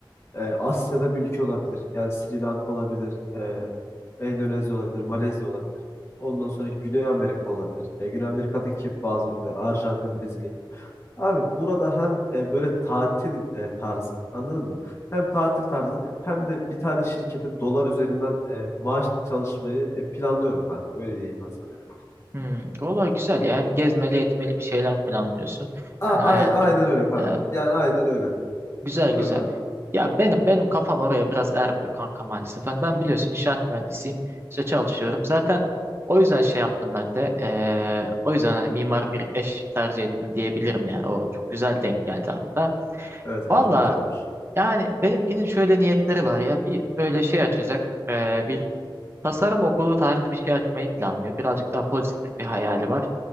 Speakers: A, on the left (about 30°); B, on the right (about 30°).
A: e, Asya'da bir ülke olabilir. Yani Sri Lanka olabilir, e, Endonezya olabilir, Malezya olabilir. Ondan sonra Güney Amerika olabilir. E, Güney Amerika'daki bazı ülkeler Arjantin, Brezilya. Abi burada hem e, böyle tatil e, tarzı anladın mı? Hem tatil tarzı hem de bir tane şirkete dolar üzerinden e, maaş çalışmayı e, planlıyorum kankam. Öyle diyeyim ben sana yani.
B: Hmm, Vallahi güzel ya. Hem gezmeli etmeli bir şeyler planlıyorsun.
A: A-
B: Hani hayatın.
A: ay- aynen öyle kankam.
B: Evet,
A: Yani aynen öyle.
B: güzel güzel.
A: Buyur kankam.
B: Ya benim benim kafam oraya biraz ermiyor kanka maalesef. Hani ben biliyorsun inşaat mühendisiyim. İşte çalışıyorum. Zaten o yüzden şey yaptım ben de. eee, o yüzden hani mimar bir eş tercih ettim diyebilirim yani. O çok güzel denk geldi hatta.
A: Evet evet
B: Valla
A: çok güzel olmuş.
B: yani benimkinin şöyle niyetleri var ya. Bir böyle şey açacak. eee, bir tasarım okulu tarzı bir şey açmayı planlıyor. Birazcık daha pozitif bir hayali var.